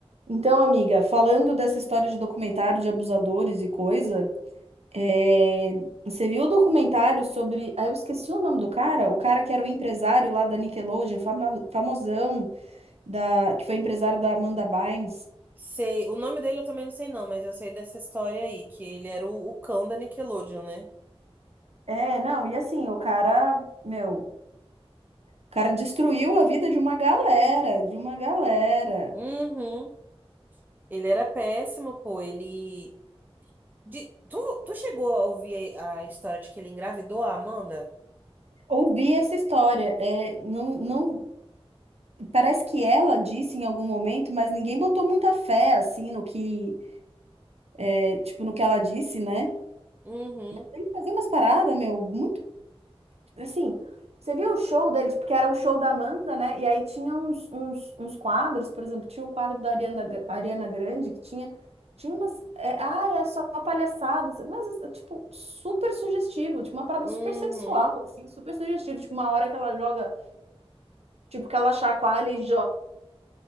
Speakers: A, on the right; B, on the right.
A: Então, amiga, falando dessa história de documentário de abusadores e coisa, é, você viu o documentário sobre. Ah, eu esqueci o nome do cara, o cara que era o empresário lá da Nickelodeon, fama- famosão, da... que foi empresário da Amanda Bynes.
B: Sei, o nome dele eu também não sei não, mas eu sei dessa história aí, que ele era o, o cão da Nickelodeon, né?
A: É, não, e assim, o cara, meu, o cara destruiu a vida de uma galera, de uma galera.
B: Uhum. Ele era péssimo, pô, ele... De- Tu, tu chegou a ouvir a a história de que ele engravidou a Amanda?
A: Ouvi essa história, é, não, não, parece que ela disse em algum momento, mas ninguém botou muita fé, assim, no que é, tipo, no que ela disse, né?
B: Uhum,
A: Ele fazia umas paradas, meu, muito. Assim, você viu o show deles, porque era o show da Amanda, né? E aí tinha uns, uns, uns quadros, por exemplo, tinha o quadro da Ariana, Gra- Ariana Grande, que tinha, tinha umas. é, ah, é só palhaçada, mas, é, tipo, super sugestivo, tipo, uma parada
B: uhum,
A: super sexual, assim, super sugestivo. Tipo, uma hora que ela joga, tipo, que ela chacoalha e joga